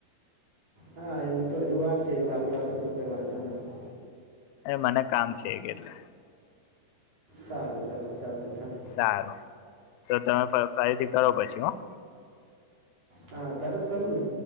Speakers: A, on the right; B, on the left.
A: હા, એમ તો હજુ વાર છે. ચાલુ રાખશો તો કઈ વાંધો નથી.
B: એ મને કામ છે એક એટલે.
A: સારું સારું, ચાલો થે
B: સારું, તો તમે ફ ફરીથી કરો પછી હોં.
A: હા, તરત કરું ને?